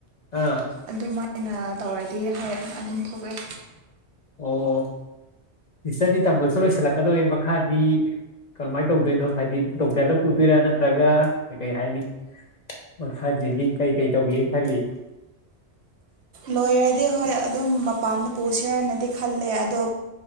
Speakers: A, on the left; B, on the right.
A: ꯑꯥ
B: ꯑꯗꯨꯃꯥꯏꯅ ꯇꯧꯔꯗꯤ ꯍꯣꯏ ꯑꯗꯨꯝ ꯊꯣꯛꯑꯦ
A: ꯑꯣ ꯁꯤꯁꯇꯔꯗꯤ ꯇꯝꯕꯁꯨ ꯂꯣꯏꯁꯤꯜꯂꯛꯀꯗꯧꯔꯦ ꯃꯈꯥꯗꯤ ꯀꯔꯝꯃꯥꯏꯅ ꯇꯧꯗꯣꯏꯅꯣ ꯍꯥꯏꯗꯤ ꯗꯣꯛꯇꯔꯗ ꯄꯨꯗꯣꯏꯔꯥ ꯅꯠꯇ꯭ꯔꯒ ꯀꯩ ꯀꯩ ꯍꯥꯏꯅꯤ ꯃꯈꯥ ꯗꯤꯒ꯭ꯔꯤ ꯀꯩꯀꯩ ꯇꯧꯒꯦꯅ ꯈꯜꯂꯤ
B: ꯂꯣꯏꯔꯗꯤ ꯍꯣꯏ ꯑꯗꯨꯝ ꯃꯄꯥꯟꯗ ꯄꯨꯁꯦꯅꯗꯤ ꯈꯜꯂꯦ ꯑꯗꯣ